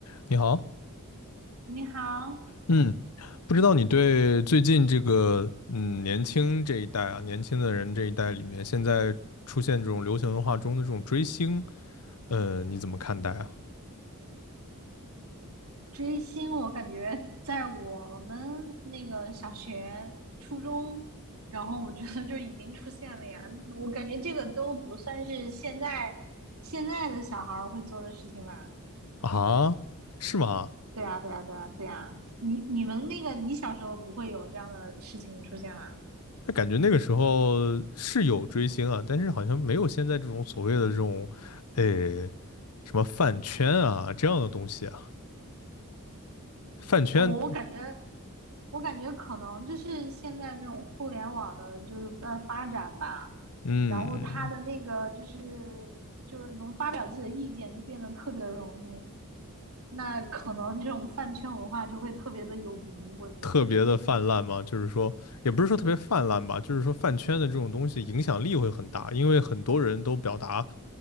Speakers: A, on the left; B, on the right.
A: 你好，
B: 你好，
A: 嗯，不知道你对最近这个嗯年轻这一代啊，年轻的人这一代里面，现在出现这种流行文化中的这种追星，呃，你怎么看待啊？
B: 追星我感觉在我们那个小学、初中，然后我觉得就已经出现了呀。我感觉这个都不算是现在现在的小孩儿会做的事情吧？
A: 啊，是吗？
B: 对啊，对啊，对啊，对啊。你你们那个，你小时候不会有这样的事情出现吗？
A: 那感觉那个时候是有追星啊，但是好像没有现在这种所谓的这种，呃，什么饭圈啊这样的东西啊，饭圈，
B: 哦，我感觉我感觉可能就是现在那种互联网的，就是不断发展吧。
A: 嗯。
B: 然后他的那个就是就是能发表自己的意见就变得特别的容易，那可能这种饭圈文化就会特别的有毒，我觉得。
A: 特别的泛滥吗？就是说，也不是说特别泛滥吧，就是说饭圈的这种东西影响力会很大，因为很多人都表达